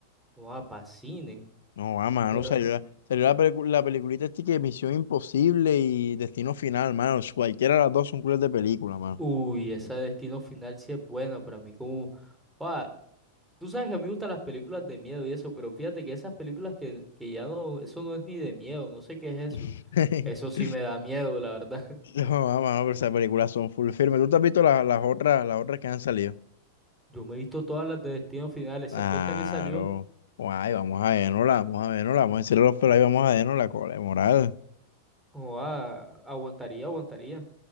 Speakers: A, in the centre; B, on the left (about 85°).
A: Oa, pa' cine.
B: No, va, mano,
A: Pero,
B: salió la, salió la, pelicu- la peliculita este que Misión Imposible y Destino Final, mano. Cualquiera de las dos son culas de película, mano.
A: uy, esa Destino Final sí es buena para mí. Como, oa, tú sabes que a mí me gustan las películas de miedo y eso, pero fíjate que esas películas que, que ya no, eso no es ni de miedo, no sé qué es
B: <laughs>
A: eso. Eso sí me da miedo, la verdad.
B: No, va, mano, pero esas películas son full firme. ¿Tú te has visto la- las otras, las otras que han salido?
A: <laughs> Yo me he visto todas las de Destino Final, excepto
B: Claro.
A: esta que salió.
B: Guay, vamos a vernosla, vamos a vernosla, vamos a decirle a los pelos, ahí, vamos a vernos la cola de moral.
A: Oa, aguantaría, aguantaría.